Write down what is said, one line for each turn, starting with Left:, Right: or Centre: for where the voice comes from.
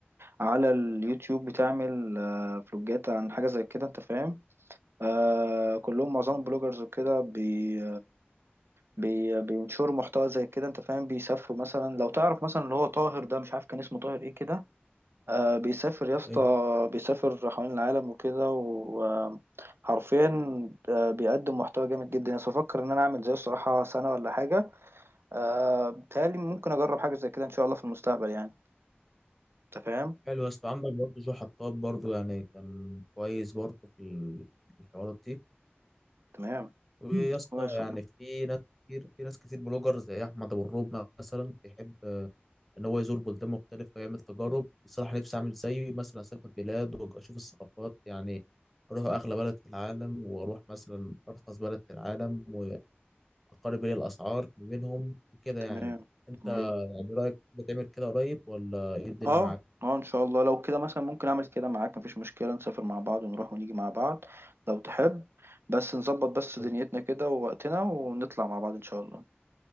Right: على اليوتيوب بتعمل آه، فلوجات عن حاجة زي كده أنت فاهم آه، كلهم معظمهم بلوجرز وكده بي بي بينشروا محتوى زي كده أنت فاهم بيسافروا مثلا لو تعرف مثلا اللي هو طاهر ده مش عارف كان اسمه طاهر إيه كده آه بيسافر يا اسطى
Centre: أيوة.
Right: بيسافر حوالين العالم وكده وحرفيا آه بيقدم محتوى جامد جدا يعني بفكر ان انا اعمل زيه الصراحة سنة ولا حاجة آه بيتهيألي ممكن اجرب حاجة زي كده ان شاء الله في المستقبل يعني انت فاهم
Centre: حلو يا اسطى عندك برضه جو حطاب برضه يعني كان كويس برضه في ال- في الحوارات دي
Right: تمام
Centre: ويا
Right: مم.
Centre: اسطى
Right: كويس
Centre: يعني
Right: والله
Centre: في ناس كتير في ناس كتير بلوجر زي احمد ابو الروب مثلا بيحب ان هو يزور بلدان مختلفه ويعمل تجارب بصراحه نفسي اعمل زيه مثلا اسافر بلاد واشوف الثقافات يعني اروح اغلى بلد في العالم واروح مثلا ارخص بلد في العالم واقارب بين الاسعار ما بينهم وكده
Right: تمام
Centre: يعني انت
Right: تمام
Centre: يعني رايك بتعمل كده قريب ولا ايه الدنيا
Right: اه
Centre: معاك
Right: اه ان شاء الله لو كده مثلا ممكن اعمل كده معاك مفيش مشكلة نسافر مع بعض ونروح ونيجي مع بعض لو تحب بس نظبط بس
Centre: طب
Right: دنيتنا كده ووقتنا ونطلع مع بعض ان شاء الله